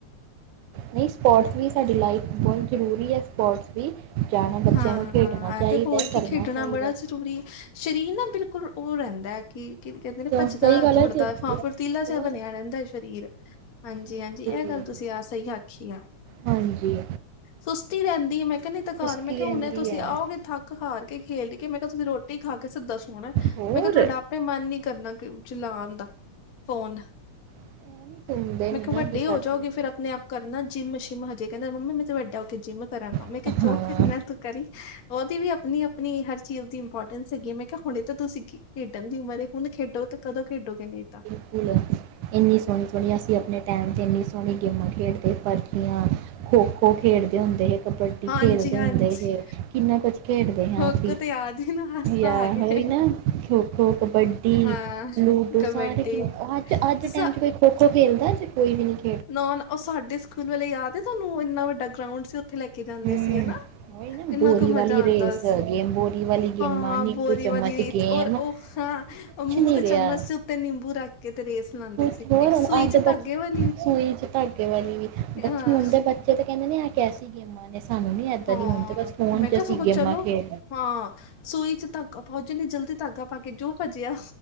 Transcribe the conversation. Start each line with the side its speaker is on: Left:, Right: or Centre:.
Right: ਨਹੀਂ ਸਪੋਰਟਸ ਵੀ ਸਾਡੀ ਲਾਈਫ ਬਹੁਤ ਜ਼ਰੂਰੀ ਐ ਸਪੋਰਟਸ ਵੀ। ਜਾਣਾ ਬੱਚਿਆਂ
Left: ਹਾਂ
Right: ਨੂੰ ਖੇਡਣਾ ਚਾਹੀਦਾ
Left: ਐ ਤੇ ਹੋਰ
Right: ਕਰਨਾ
Left: ਕੀ ਖੇਡਣਾ
Right: ਚਾਹੀਦਾ
Left: ਬੜਾ ਜ਼ਰੂਰੀ, ਸ਼ਰੀਰ ਨਾ ਬਿਲਕੁਲ ਓ ਰਹਿੰਦਾ ਐ। ਕੀ -ਕੀ ਕਹਿੰਦੇ ਨੇ
Right: ਤਾਂ
Left: ਭੱਜਦਾ
Right: ਸਹੀ ਗੱਲ
Left: ਦੋੜਦਾ
Right: ਹੈ ਚ
Left: ਹਾਂ ਫੇਰ ਤੀਲਾਂ ਜਾ
Right: ਹੋਰ
Left: ਬਣਿਆਂ ਰਹਿੰਦਾਂ ਐ ਸ਼ਰੀਰ। ਹਾਂਜੀ
Right: ਬਿਲਕੁਲ,
Left: -ਹਾਂਜੀ ਐਹ ਗੱਲ ਤੁਸੀਂ ਆ ਸਹੀ ਆਖੀ ਆ।
Right: ਹਾਂਜੀ।
Left: ਸੁਸਤੀ ਰਹਿੰਦੀ ਐ ਮੈਂ ਕਿਹਾ ਨਹੀਂ ਤਾਂ ਘਰ
Right: ਸੁਸਤੀ
Left: ਮੈਂ ਕਿਹਾ
Right: ਰਹਿੰਦੀ
Left: ਹੁਣੇ ਤੁਸੀਂ
Right: ਹੈ
Left: ਆਓਗੇ ਥੱਕ ਹਾਰ ਕੇ ਖੇਡ ਕੇ, ਮੈਂ ਕਿਹਾ ਤੁਸੀਂ ਰੋਟੀ ਖਾ ਕੇ ਸਿੱਧਾ ਸੋਣਾ ਐ।
Right: ਹੋਰ
Left: ਮੈਂ ਕਿਹਾ ਤੁਹਾਡਾ ਆਪੇ ਮਨ ਨੀ ਕਰਨਾ ਕਿ ਚਲਾਣ ਦਾ ਫ਼ੋਨ।
Right: <unintelligible>
Left: ਮੈਂ ਕਿਹਾ
Right: ਨਾ
Left: ਵੱਡੇ
Right: ਕੀ
Left: ਹੋ
Right: ਕਰ
Left: ਜਾਓਗੇ
Right: ਸਕਦੇ
Left: ਫਿਰ ਆਪਣੇ ਆਪ ਕਰਨਾ ਜਿੰਮ ਸ਼ਿਮ, ਹਜੇ ਕਹਿੰਦਾ ਮੰਮਾ ਮੈਂ ਤੇ ਵੱਡਾ ਹੋ ਕੇ ਜਿੰਮ ਕਰਾਂਗਾ ਮੈਂ
Right: ਹਾਂ
Left: ਕਿਹਾ
Right: ਹਾਂ
Left: ਮੈਂ ਤੂੰ ਕਰੀ, ਉਹਦੀ ਵੀ ਆਪਣੀ- ਆਪਣੀ ਹਰ ਚੀਜ਼ ਦੀ ਇੰਪੋਰਟੈਂਸ ਹੈਗੀ ਮੈਂ ਕਿਹਾ ਹੁਣੇ ਤਾਂ ਤੂੰ ਸਿੱਖ ਖੇਡਨ ਦੀ ਉਮਰ ਏ ਹੁਨ ਖੇਡੋ ਤੇ ਕਦੋਂ ਖੇਡੋਗੇ ਨਈਂ ਤਾਂ।
Right: ਸਕੂਲ ਏਨੀ ਸੋਨੀ-ਸੋਨੀ ਅਸੀਂ ਆਪਣੇ ਟਾਈਮ ਤੇ ਏਨੀ ਸੋਨੀ ਗੇਮਾਂ ਖੇਡਦੇ ਪਰਚੀਆਂ ਖੋ-ਖੋ ਖੇਡਦੇ ਹੁੰਦੇ ਸੀ, ਕਬੱਡੀ
Left: ਹਾਂਜੀ
Right: ਖੇਡਦੇ
Left: ਹਾਂਜੀ
Right: ਹੁੰਦੇ ਸੀ। ਕਿੰਨਾ ਕੁਛ ਖੇਡਦੇ ਸਾਂ
Left: ਖੋਖੋ
Right: ਅਸੀਂ,
Left: ਤੇ ਯਾਦ ਹੀ ਨਾ ਹਾਸਾ
Right: ਜਾ
Left: ਆ ਗਏ
Right: ਹੋਈ ਨਾ ਖੋ-ਖੋ, ਕਬੱ ਡੀ
Left: ਹਾਂ
Right: ਲੂਡੋ
Left: ਕਬੱਡੀ
Right: ਸਾਰੇ ਖੇ ਅੱਜ-ਅੱਜ
Left: ਤੁਸ
Right: ਦੇ ਟਾਈਮ ਚ ਕੋਈ ਖੋ-ਖੋ ਖੇਲਦਾ ਜੇ ਕੋਈ ਵੀ ਨੀ।
Left: ਨੌਨ ਓ ਸਾਡੇ ਸਕੂਲ ਵਾਲੇ ਯਾਦ ਏ ਤੁਆਨੂੰ ਇੰਨਾ ਵੱਡਾ ਗਰਾਊਂਡ ਸੀ ਓਥੇ ਲੈ ਕੇ ਜਾਂਦੇ
Right: ਹੂੰ
Left: ਸੀ ਹਨਾ।
Right: ਉਹੀ ਨਾ
Left: ਇੰਨਾ
Right: ਬੋਰੀ
Left: ਕੁ ਮਜ਼ਾ
Right: ਵਾਲੀ
Left: ਆਂਦਾ
Right: ਰੇਸ
Left: ਸੀ
Right: ਗੇਮ ਬੋਰੀ ਵਾਲੀ ਗੇਮਾਂ
Left: ਹਾਂ
Right: ਨਿੰਬੂ
Left: ਬੋਰੀ
Right: ਚਮਚ
Left: ਵਾਲੀ ਰੀਤ
Right: ਗੇਮ
Left: ਔਰ ਓ ਹਾਂ
Right: ਕੁਛ
Left: ਓ ਮੂੰ
Right: ਨਹੀਂ
Left: ਤੇ
Right: ਰਿਹਾ
Left: ਚਮਚ ਦੇ ਉੱਤੇ ਨਿੰਬੂ ਰੱਖ ਕੇ ਤੇ ਰੇਸ ਲਾਂਦੇ
Right: ਕੁਛ
Left: ਸੀ
Right: ਹੋਰ
Left: ਇੱਕ ਸੂਈ
Right: ਅੱਜ
Left: ਚ
Right: ਦੇ
Left: ਧਾਗੇ
Right: ਬੱਚੇ
Left: ਵਾਲ
Right: ਸੂਈ ਚ ਧਾਗੇ ਵਾਲੀ ਬੱਚੇ
Left: ਹਾਂ
Right: ਹੁਨ ਦੇ ਬੱਚੇ ਤੇ ਕੈਂਦੇ ਨੇ ਆ ਕੈਸੀ ਗੇਮਾਂ ਨੇ। ਸਾਨੂੰ ਨੀ ਇੱਦਾਂ
Left: ਹਾਂ
Right: ਦੀ ਹੁਨ ਤੇ ਬਸ ਫੋਨ
Left: ਮੈਂ ਕਿਹਾ
Right: ਚ ਅਸੀਂ
Left: ਸਗੋਂ
Right: ਗੇਮਾਂ
Left: ਚਲੋ
Right: ਖੇ
Left: ਹਾਂ ਸੂਈ ਚ ਧਾਗਾ ਪਾਓ ਜਿੰਨੀ ਜਲਦੀ ਧਾਗਾ ਪਾ ਕੇ ਜੋ ਭੱਜਿਆ